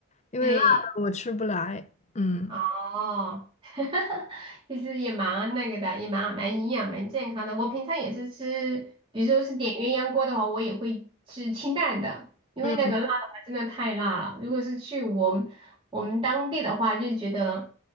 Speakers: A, on the left; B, on the right.
A: 因为辣的我吃不来。
B: 对，
A: 嗯
B: 哦，<laughs> 其实也蛮那个的，也蛮蛮营养、蛮健康的。我平常也是吃，比如说是点鸳鸯锅的话，我也会吃清淡的，因为那个辣的话真的太辣了。
A: 嗯。
B: 如果是去我们我们当地的话，就觉得